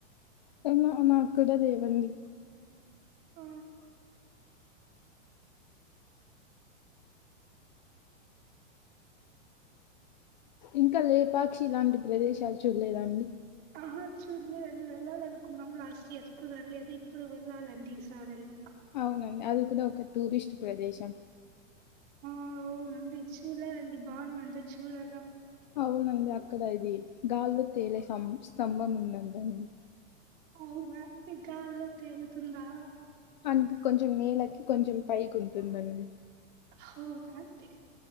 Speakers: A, on the left (about 35°); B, on the right (about 25°).
A: కన్న నాక్కూడా లేవండి
B: ఆ
A: ఇంకా లేపాక్షి లాంటి ప్రదేశాలు చూడలేదండి
B: ఆహ చూలేదండి వెళ్ళాలనుకున్నాం లాస్ట్ ఇయర్ కుదరలేదు ఇప్పుడు వెళ్ళాలండి ఈసారయినా
A: అవునండి అది కూడా ఒక టూరిస్ట్ ప్రదేశం
B: ఆ ఓనండి చూలేదండి బాగుందంట చూడలా
A: అవునండి అక్కడ ఇది గాల్లో తేలే స్తం స్తంభం ఉందంటండి
B: అవునా ఈ గాల్లో తేలుతుందా
A: అంట కొంచెం నేలకి కొంచెం పైకి ఉంటుందండి
B: హవునా అంటి